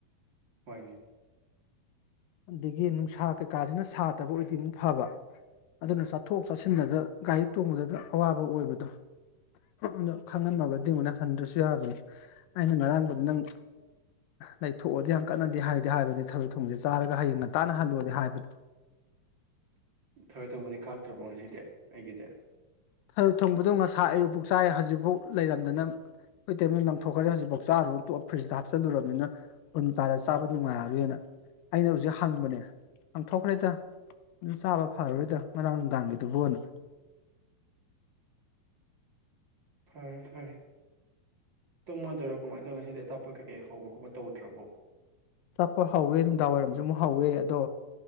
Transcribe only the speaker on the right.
ꯍꯣꯏꯅꯦ
ꯊꯕꯏ ꯊꯣꯡꯕꯗꯤ ꯈꯥꯛꯇ꯭ꯔꯕꯣ ꯉꯁꯤꯗꯤ ꯑꯩꯒꯤꯗꯤ
ꯐꯔꯦ ꯐꯔꯦ ꯇꯨꯝꯃꯗꯣꯏꯔꯣ ꯀꯃꯥꯏꯅ ꯇꯧꯔꯅꯣ ꯉꯁꯤꯗꯤ ꯑꯆꯥꯄꯣꯠ ꯀꯩꯀꯩ ꯍꯧꯕ ꯈꯣꯠꯄ ꯇꯧꯗ꯭ꯔꯕꯣ